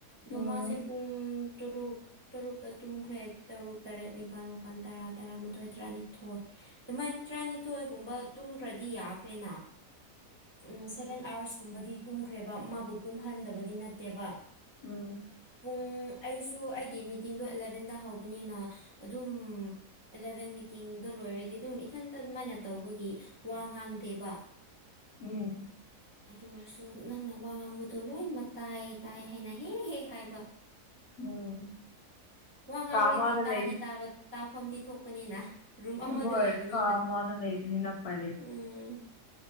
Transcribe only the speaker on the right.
ꯗꯣꯃꯥꯥꯁꯦ
ꯄꯨꯡ ꯇꯔꯨꯛ ꯇꯔꯨꯛꯇ ꯇꯨꯝꯈ꯭ꯔꯦ ꯇꯔꯨꯛ ꯇꯔꯦꯠ ꯅꯤꯄꯥꯜ ꯃꯥꯄꯜ ꯇꯔꯥ ꯇꯔꯥꯃꯥꯊꯣꯏ ꯇꯔꯥꯅꯤꯊꯣꯏ ꯑꯗꯨꯃꯥꯏꯅ ꯇꯔꯥꯅꯤꯊꯣꯏꯒꯨꯝꯕ ꯇꯨꯝꯈ꯭ꯔꯗꯤ ꯌꯥꯈ꯭ꯔꯦꯅ ꯎꯝ ꯁꯦꯚꯦꯟ ꯑꯥꯋꯔꯁꯀꯨꯝꯕꯗꯤ ꯇꯨꯝꯈ꯭ꯔꯦꯕ ꯃꯥꯕꯨ ꯇꯨꯝꯍꯟꯗꯕꯗꯤ ꯅꯠꯇꯦꯕ
ꯄꯨꯡ ꯑꯩꯁꯨ ꯑꯩꯒꯤ ꯃꯤꯇꯤꯡꯗꯣ ꯑꯦꯂꯚꯦꯟꯗ ꯍꯧꯕꯅꯤꯅ ꯑꯗꯨꯝ ꯑꯦꯂꯚꯦꯟ ꯃꯤꯇꯤꯡꯗꯣ ꯂꯣꯏꯔꯗꯤ ꯑꯗꯨꯝ ꯏꯊꯟꯇ ꯑꯗꯨꯃꯥꯏꯅ ꯇꯧꯕꯒꯤ ꯋꯥ ꯉꯥꯡꯗꯦꯕ
ꯑꯗꯨ ꯑꯣꯏꯔꯁꯨ ꯅꯪꯅ ꯋꯥ ꯉꯥꯡꯕꯗꯣ ꯂꯣꯏꯅꯃꯛ ꯇꯥꯏ ꯇꯥꯏ ꯍꯥꯏꯅ ꯍꯦꯛ ꯍꯦꯛ ꯍꯥꯏꯕ
ꯋꯥ ꯉꯥꯡꯔꯨꯗꯤ
ꯇꯥꯗꯤ
ꯇꯥꯕ ꯇꯥꯐꯝꯗꯤ ꯊꯣꯛꯄꯅꯤꯅ ꯔꯨꯝ ꯑꯃꯗ
ꯂꯩꯕꯅꯤꯅ
ꯎꯝ